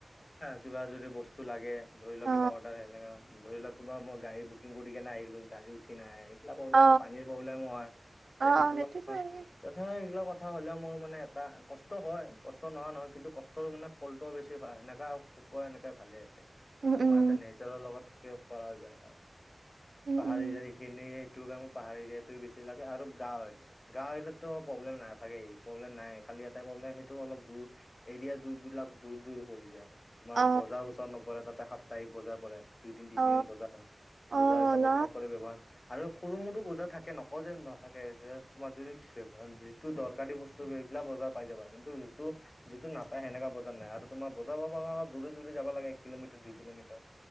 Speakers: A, on the left; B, on the right.
A: কিবা যদি বস্তু লাগে, ধৰি লওক
B: অ
A: কিবা অৰ্ডাৰ এনেকা, ধৰি লওক কিবা মই গাড়ী বুক্‌ কিং কৰিকেনে আহিলো। গাড়ী উঠি নাহে সি খিলা প্ৰব্লেম
B: অ
A: হ'য়, পানীৰ প্ৰব্লেমো হ'য়,
B: অ অ
A: এ সেইটো
B: সেইটোতো
A: আঁ
B: লাগে।
A: সদাই এইবিলাকত কথা হ'লেও মোৰ মানে এটা কষ্ট হ'য়। কষ্ট নহোৱা নহয় কিন্তু কষ্টৰ মানে ফলটোও বেছি ভা সেনেকা শুক্ৰ এনেকে ভালেই আছে।
B: উম
A: তোমাৰ
B: উম
A: হেঁতে নেজৰৰ লগত থাকিব পৰা যায় আৰু
B: উম
A: পাহাৰী
B: উম
A: গড়ীখিনিত্‌ টো কামো পাহাৰী এৰিয়াতটো বেছি লাগে আৰু গাঁও এৰিয়া, গাওঁ এৰিয়াতটো প্ৰব্লেম নাথাকেই, প্ৰব্লেম নাই। খালি এটাই পব্লেম সেইটো অলপ দূৰ, এৰিয়া দূৰ বিলাক, দূৰ দূৰ পৰি যায়। তোমাৰ
B: অ
A: বজাৰ ওচৰত নপৰে, তাতে সাপ্তাহিক বজাৰ পৰে। দুইদিন, তিনদিন
B: অ
A: বজাৰ হ্‌ বজাৰ
B: অ
A: এটা
B: ন
A: কতক্‌ কৰি ব্যৱহাৰ আৰু সৰু -মৰো বজাৰ থাকে, নকওঁ যে নাথাকে। এতিয়া তোমাৰ দৈনিক ব্যৱহাৰ, যিটো দৰকাৰী বস্তু ৰেগুলাৰ বজাৰ পাই যাবাগে। কিন্তু যিটো, যিটো নাপায় সেনেকা বজাৰ নাই আৰু তোমাৰ বজাৰ পাবৰ কাৰণে দূৰে দূৰে যাব্‌ লাগে এককিলোমিটাৰ, দুইকিলোমিটাৰ